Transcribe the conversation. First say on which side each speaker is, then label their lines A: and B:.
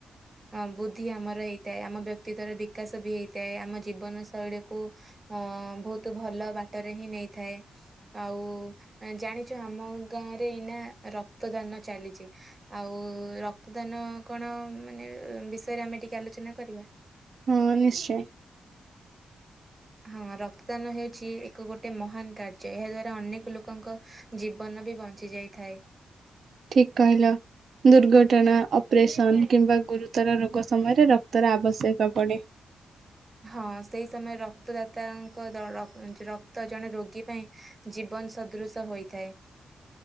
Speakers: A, on the right; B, on the right.
A: ଉ ବୁଦ୍ଧି ଆମର ହେଇଥାଏ ଆମ ବ୍ୟକ୍ତିତ୍ୱର ବିକାଶ ବି ହେଇଥାଏ ଆମ ଜୀବନ ଶୈଳୀକୁ ଉ ବହୁତ ବହୁତ ଭଲ ବାଟରେ ହିଁ ନେଇଥାଏ ଆଉ ଜାଣିଛ ଆମ ଗାଁରେ ଏଇନା ରକ୍ତ ଦାନ ଚାଲିଛି ଆଉ ରକ୍ତଦାନ କଣ ମାନେ ବିଷୟରେ ଆମେ ଟିକେ ଆଲୋଚନା କରିବା।
B: ହଁ ନିଶ୍ଚୟ।
A: ହଁ ରକ୍ତଦାନ ହେଉଛି ଏକ ଗୋଟେ ମହାନ କାର୍ଯ୍ୟ ଏହା ଦ୍ୱାରା ଅନେକ ଲୋକଙ୍କ ଜୀବନ ବି ବଞ୍ଚି ଯାଇଥାଏ।
B: ଠିକ କହିଲ ଦୁର୍ଘଟଣା ଅପରେସନ କିମ୍ବା ଗୁରୁତର ରୋଗ ସମୟରେ ରକ୍ତର ଆବଶ୍ୟକ ପଡେ।
A: ହଁ ସେଇ ସମୟରେ ରକ୍ତଦାତାଙ୍କ ଦ ରକ୍ତ ଜଣେ ରୋଗୀ ପାଇଁ ଜୀବନ ସଦୃଶ ହୋଇଥାଏ।